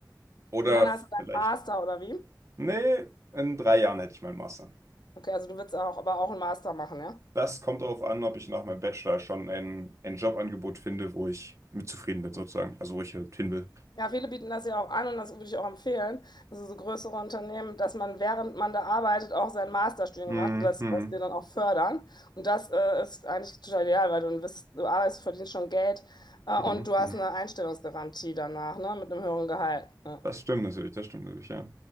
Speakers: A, on the right (about 40°); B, on the left (about 75°).
A: Oder
B: Und dann hast du deinen
A: vielleicht,
B: Master oder wie?
A: nee, in drei Jahren hätte ich meinen Master.
B: Okay, also du willst auch, aber auch einen Master machen, ja?
A: Das kommt darauf an, ob ich nach meinem Bachelor schon ein, ein Jobangebot finde, wo ich mit zufrieden bin, sozusagen. Also wo ich halt hin will.
B: Ja, viele bieten das ja auch an und das würde ich auch empfehlen. Also so größere Unternehmen, dass man während man da arbeitet auch sein Masterstudium
A: Mhm.
B: macht, das
A: Mhm.
B: was dir dann auch fördern. Und das äh, ist eigentlich total ideal, weil du, dann bist, du arbeitest, verdienst schon Geld äh,
A: Mhm.
B: und du hast eine Einstellungsgarantie danach, ne, mit einem höheren Gehalt. Ja.
A: Das stimmt natürlich, das stimmt natürlich, ja.